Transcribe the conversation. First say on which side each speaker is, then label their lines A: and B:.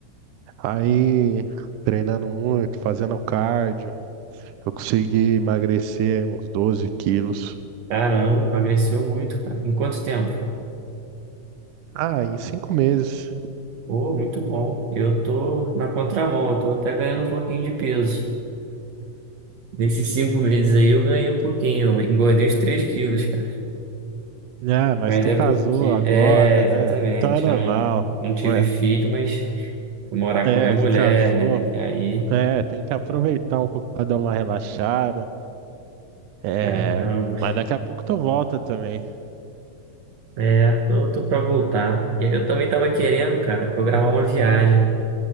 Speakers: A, on the right (about 85°); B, on the right (about 60°).
A: Aí treinando muito, fazendo cardio, eu consegui emagrecer uns 12 quilos.
B: Caramba, emagreceu muito, cara. Em quanto tempo?
A: Ah, em cinco meses.
B: Pô, muito bom. Eu tô na contramão, eu tô até ganhando um pouquinho de peso. Nesses cinco meses aí eu ganhei um pouquinho, eu engordei uns 3 quilos, cara.
A: Ah, mas
B: Mas
A: tu
B: é
A: casou
B: porque,
A: agora,
B: é, exatamente,
A: né? Então é normal.
B: eu não, não tive
A: Ué,
B: filho, mas fui morar
A: é,
B: com a minha mulher,
A: casou.
B: né? E aí,
A: É, tem que aproveitar um pouco pra dar uma relaxada. É,
B: caramba,
A: mas daqui a pouco tu volta também.
B: é, tô, tô pra voltar. E aí eu também tava querendo, cara, programar uma viagem,